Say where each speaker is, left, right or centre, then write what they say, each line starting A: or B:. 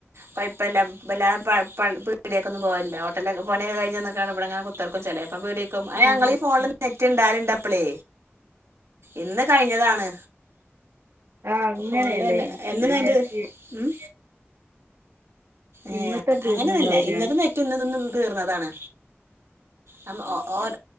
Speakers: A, on the right; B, on the right.
A: പൈപ്പല്ല വല്ലാത പ പീടിയൊക്കൊന്നു പോവലില്ല ഹോട്ടല പണി കഴിഞ്ഞന്നുക്കാണ് ഇവിടെങ്ങനെ കുത്തർക്കും ക്കും ചിലയപ്പം പീടക്കും അ
B: ആ
A: ഞങ്ങൾ
B: അത്
A: ഈ ഫോണിലൊന്നും
B: ശരി
A: നെറ്റ് ഉണ്ടാലുണ്ട് അപ്പളേ ഇന്ന് കഴിഞ്ഞതാണ്
B: ആഹ് അങ്ങനെയല്ലേ
A: ഫോണിലന്നെ എന്നും
B: ഞാൻ വിചാരിച്
A: അയിന്റെ ഉം ഏഹ്
B: ഇന്നത്തെ തീർന്നുണ്ടാവുലേ
A: അങ്ങനെയൊന്നുല്ല ഇന്നത്തെ നെറ്റ് ഇന്ന് ഇന്ന് തീർന്നതാണ് നമ്മ ഓ ഓൻ